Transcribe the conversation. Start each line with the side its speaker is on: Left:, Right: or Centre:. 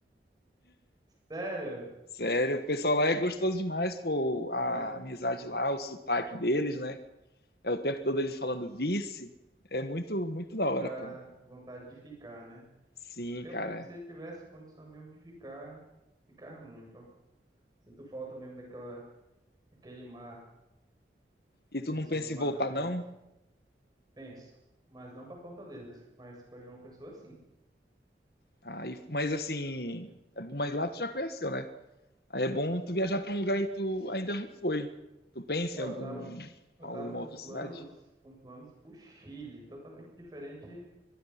Right: Sério?
Left: Sério, o pessoal lá é gostoso demais, pô, a
Right: Mas
Left: amizade lá, o sotaque deles, né? É o tempo todo eles falando vice, é muito, muito da hora,
Right: dá
Left: pô.
Right: vontade de ficar, né?
Left: Sim,
Right: Eu
Left: cara.
Right: mesmo, se eu tivesse condição mesmo de ficar, ficar muito, ó. Sinto falta mesmo daquela, daquele mar,
Left: E tu
Right: aquele
Left: não
Right: som
Left: pensa
Right: do mar
Left: em voltar,
Right: também.
Left: não?
Right: Penso, mas não para Fortaleza, mas para João Pessoa, sim.
Left: Aí, mas assim, é bom, mas lá tu já conheceu, né? Aí é bom tu viajar pra um lugar e tu ainda não foi. Tu pensa
Right: Ó,
Left: em algum,
Right: eu tava, eu
Left: alguma
Right: tava com
Left: outra
Right: planos,
Left: cidade?
Right: com planos pro Chile, totalmente diferente do